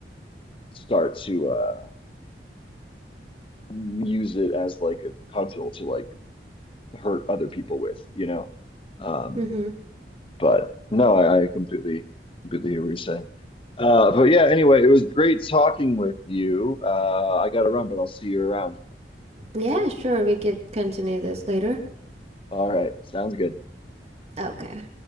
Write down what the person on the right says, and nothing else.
Mm-hmm.
yeah sure we could continue this later
okay